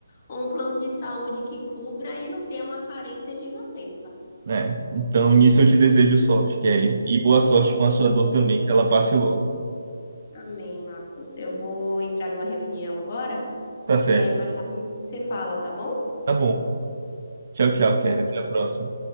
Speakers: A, on the left; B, on the right.
A: ou um plano de saúde que cubra e não tenha uma carência gigantesca.
B: É, então nisso eu te desejo sorte, Kelly. E boa sorte com a sua dor também, que ela passe logo.
A: Amém, Marcos. Eu vou entrar numa reunião agora
B: Tá certo,
A: e aí mais tarde a gente se fala, tá bom?
B: tá bom. Tchau, tchau, Kelly.
A: Tchau,
B: Até
A: tchau.
B: a próxima.